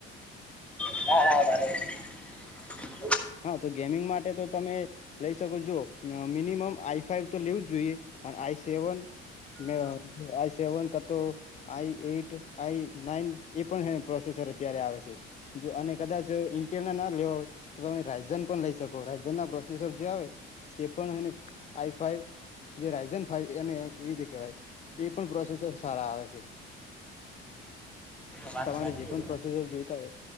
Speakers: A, in the centre; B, on the left.
A: <unintelligible>
B: હા તો ગેમિંગ માટે તો તમે લઈ શકો છો મિનિમમ આઈ ફાઈવ તો લેવું જ જોઈએ અને આઈ સેવન મે આઈ સેવન કાતો આઈ એટ આઈ નાઈન એ પણ પ્રોસેસર અત્યારે આવે છે જો અને કદાચ ઇન્ટેલને ના લેવો હોય તો તમે રાયઝન પણ લઈ શકો રાાયઝન ના પ્રોસેસર જે આવે તે પણ એને આઈ ફાઈવ જે રાયઝન ફાઈવ એ એ રીતે કહેવાય એ પણ પ્રોસેસર સારા આવે છે
A: વાત
B: તમારે
A: સાચી
B: જે પણ પ્રોસેસર જોઈતા હોય